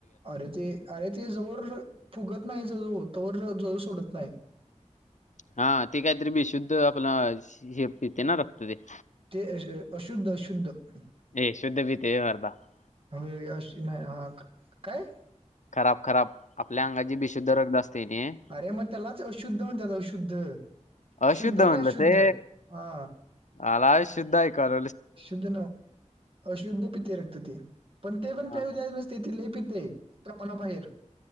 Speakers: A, on the right; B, on the left.
A: अरे ते अरे ते जवर फुगत नाही जजू त जजू सोडत नाही
B: हा ते काहीतरी बी शुद्ध आपलं हे पे ना रपतो ते
A: तेश अशुद्ध अशुद्ध <unintelligible>
B: ए शुद्ध भीते वरध <unintelligible>
A: ह अशी नाही हा काय <unintelligible>
B: खराब खराब <unintelligible> आपल्या अंगाची बीशुद्ध रक्त असते न
A: अरे मग त्यालाच अशुद्ध म्हणतात अशुद्ध
B: अशुद्ध
A: शुद्ध आणि
B: म्हणलं ते
A: हा
B: आला शुद्ध ऐकाल
A: शुद्ध न अशुद्ध पित्े रक्त ते पण ते पण
B: हा
A: प्याऊ द्या नस ि ति ल पिते प्रमाणाबाहेर <unintelligible>